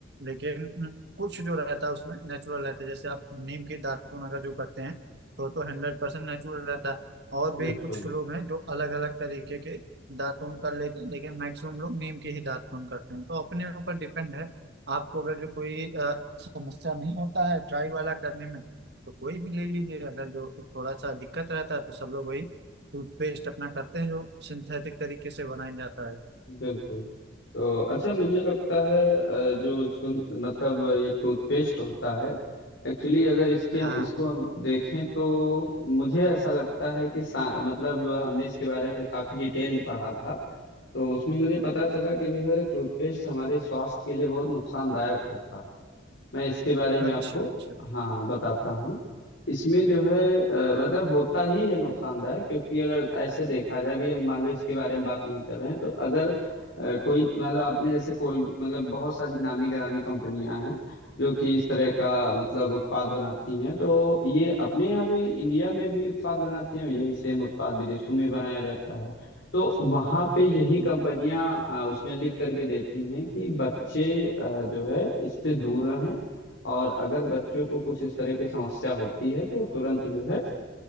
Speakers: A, on the right (about 55°); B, on the left (about 70°).
A: लेकिन हम्म, कुछ जो रहता है उसमें नेचुरल रहता है जैसे आप नीम के दातुन अगर जो करते हैं तो तो हंड्रेड परसेंट नेचुरल रहता है और भी
B: बिल्कुल
A: कुछ लोग हैं जो अलग अलग तरीके के दातुन कर लेते हैं लेकिन मैक्सिमम लोग नीम के ही दातुन करते हैं तो अपने ऊपर डिपेंड है आपको अगर जो कोई अ, समस्या नहीं होता है ड्राई वाला करने में तो कोई भी ले लीजिए अगर जो थोड़ा सा दिक्कत रहता है तो सब लोग वही टूथपेस्ट अपना करते हैं जो सिंथेटिक तरीके से बनाया जाता है
B: बिल्कुल तो अच्छा मुझे लगता है अ, जो सुन मतलब ये टूथपेस्ट होता है एक्चुअली अगर इसके
A: हाँ
B: इसको हम देखें तो मुझे ऐसा लगता है कि सा- मतलब हमने इसके बारे में काफी डिटेल्ड पढ़ा था तो उसमें मुझे पता चला कि जो है टूथपेस्ट हमारे स्वास्थ्य के लिए बहुत नुकसानदायक होता है मैं इसके बारे में
A: अच्छा
B: आपको
A: अच्छा
B: हाँ बताता हूँ इसमें जो है अ, मतलब होता ही है नुकसानदायक क्योंकि अगर ऐसे देखा जाए अभी हम मान लो इसके बारे में बात नहीं कर रहे हैं तो अगर अ, कोई मतलब आपने जैसे कोल मतलब बहुत सारी नामी गिरामी कंपनियां हैं जो कि इस तरह का मतलब उत्पाद बनाती हैं तो ये अपने यहाँ भी इंडिया में भी उत्पाद बनाती हैं और यही सेम उत्पाद विदेशों में बनाया जाता है तो वहां पे यही
A: हम्म
B: कंपनियां अ, उसमें लिख करके देती हैं कि बच्चे अ, जो है इससे दूर रहें और अगर बच्चों को कुछ इस तरह की समस्या होती है तो तुरंत जो है